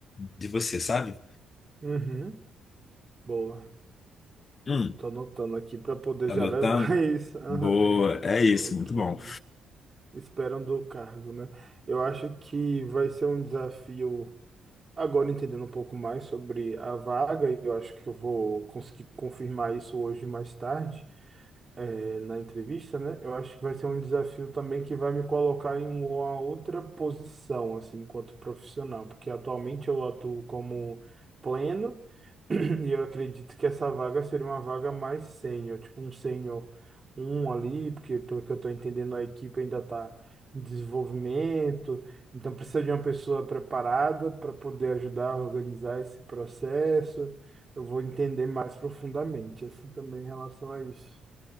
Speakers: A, on the left; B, on the right.
A: de você, sabe?
B: uhum. Boa.
A: Hum,
B: Tô anotando aqui para poder
A: tá
B: já
A: anotando?
B: levar <laughs> isso. Aham.
A: Boa, é isso,
B: O
A: muito
B: que
A: bom.
B: eles esperam do cargo, né? Eu acho que vai ser um desafio. Agora entendendo um pouco mais sobre a vaga, e eu acho que eu vou conseguir confirmar isso hoje mais tarde. eh, na entrevista, né? Eu acho que vai ser um desafio também que vai me colocar em uma outra posição, assim, enquanto profissional, porque atualmente eu atuo como pleno <clears throat> e eu acredito que essa vaga seria uma vaga mais sênior, tipo um sênior um ali, porque pelo que eu estou entendendo, a equipe ainda está em desenvolvimento, então precisa de uma pessoa preparada para poder ajudar a organizar esse processo. Eu vou entender mais profundamente, assim, também em relação a isso.